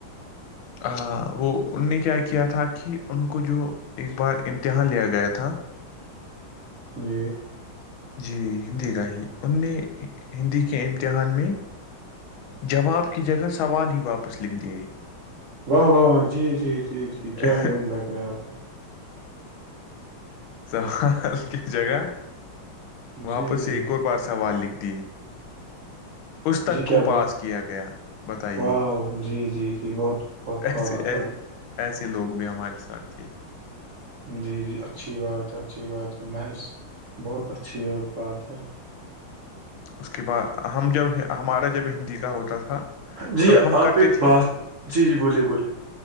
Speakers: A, on the left (about 80°); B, on the right (about 75°).
A: ہاں وہ ان نے کیا کیا کیا تھا کہ ان کو جو ایک بار امتحان لیا گیا تھا
B: جی
A: جی ہندی گاہی ان نے ہندی کے امتحان میں جواب کی جگہ سوال ہی واپس لکھ دے
B: واہ واہاہ جی جی جی جی کیا
A: ا
B: ہی عمدہ خیال
A: ساز کی جگہ
B: ہے
A: واپس
B: جی
A: ایک اور بار سوال لکھ دیے اس تک
B: جی کیا
A: کو
B: ب
A: پاس کیا گیا بتائیے
B: واہ جی جی جی بہت بہت
A: ایسے
B: الہ تعالی
A: ایسے ایسے لوگ بھی ہمارے ساتھ تھے
B: جی جی اچھی بات ہے اچھی بات ہے محض بہت اچھی اور بات ہے
A: اس کے بعد ہم جب ہمارا جب ہندی کا ہوتا تھا
B: جی
A: تب ہم
B: آپ
A: کرتے
B: ایک
A: تھے
B: بات جی جی بولیے بولیے